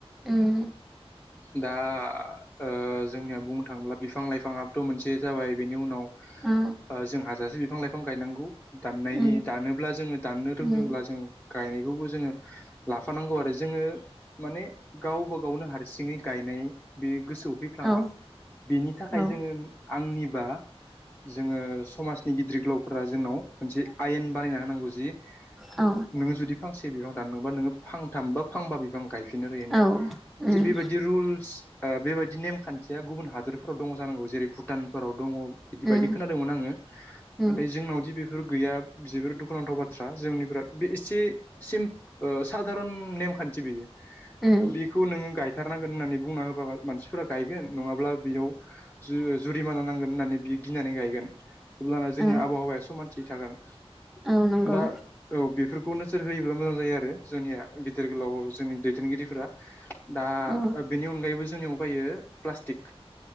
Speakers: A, in the centre; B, on the left.
A: उम।
B: दा ओ जोंनिया बुंनो थाङोब्ला बिफां लाइफाङाबोथ' मोनसे जाबाय बेनि उनाव
A: औ
B: ओ जों हाजासे बिफां लाइफां गायनांगौ दाननायनि
A: उम
B: दानोब्ला जोङो दाननो रोंदोंब्ला
A: उम
B: जोङो गायनायखौबो जोङो लाफानांगौ आरो जोङो माने गावबा गावनो हारसिङै गाय नाय बे गोसोआव फैफ्लाङा
A: औ
B: बेनि थाखाय
A: औ
B: जोङो आंनिबा जोङो समाजनि गिदिर गोलावफोरा जोंनाव मोनसे आयेन बानायना होनांगौ जि नोङो
A: औ
B: जुदि फांसे बिफां दानदोंबा नोङो फांथाम बा फांबा बिफां गायफिननो रोयो होननाय
A: औ उम
B: जे बेबायदि रुल्स ओ बेबायदि नेमखान्थिया गुबुन हादरफ्राव दङ जानांगौ जेरै भुटानफोराव दङ बिदि
A: उम
B: बायदि खोनादोंमोन आङो
A: उम
B: नाथाय जोंनावदि बे फोर गैया जोबोर दुखुनांथाव बाथ्रा जोंनिफ्रा बे एसे सिन ओ सादारन नेम मावखान्थि बियो।
A: उम
B: बेखौ नोङो गायथारनांगोन होननानै बुंना होबाबा मानसिफोरा गायगोन नङाब्ला बेयाव जु-जुरिमाना नांगोन होननानै बि गिनानै गायगोन अब्लाना जोंनि
A: औ
B: आबहावाया समानथि थि थागोन
A: औ नंगौ
B: दा औ बेफोरखौनो सोर होयोब्ला मोजां जायो आरो जोंनिया गिदिर गोलाव जोंनि दैदेनगिरिफोरा। दा
A: औ
B: ओ बेनि अनगायैबो जोंनियाव फैयो प्लास्टिक